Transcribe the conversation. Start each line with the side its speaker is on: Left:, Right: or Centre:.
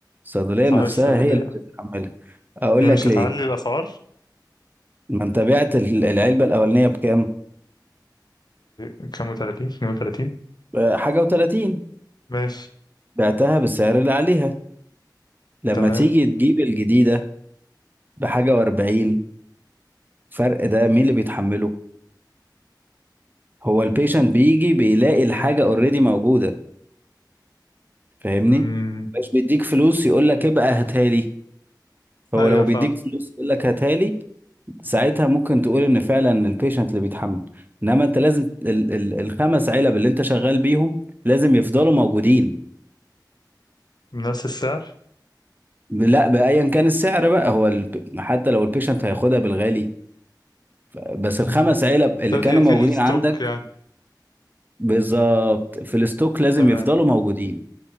Right: الصيدلية
Left: صاحب
Right: نفسها
Left: الصيدليه
Right: هي اللي بتتحملها اقول
Left: ايه
Right: لك
Left: مش
Right: ليه
Left: هتعلي الاسعار
Right: ما انت بعت ال- العلبة الأولانية بكام؟
Left: بكام و30 32
Right: آه، حاجة وتلاتين
Left: ماشي
Right: بعتها بالسعر اللي عليها لما
Left: تمام
Right: تيجي تجيب الجديدة بحاجة وأربعين الفرق ده مين اللي بيتحمله؟ هو البيشنت بيجي بيلاقي الحاجة
Left: امم
Right: اوريدي موجودة فاهمني؟
Left: امم
Right: مش بيديك فلوس يقول لك ابقى هاتها لي فهو
Left: ايوه
Right: لو بيديك
Left: فاهم
Right: فلوس يقول لك هاتها لي ساعتها ممكن تقول ان فعلا البيشنت اللي بيتحمل انما انت لازم ال ال الخمس علب اللي انت شغال بيهم لازم يفضلوا موجودين
Left: بنفس السعر
Right: لا بأيا كان السعر بقى هو الب... حتى لو البيشنت هياخدها بالغالي ف- بس
Left: امم
Right: الخمس علب اللي
Left: لازم
Right: كانوا
Left: يبقى في
Right: موجودين
Left: الستوك
Right: عندك
Left: يعني
Right: بالظبط في الستوك لازم
Left: تمام
Right: يفضلوا موجودين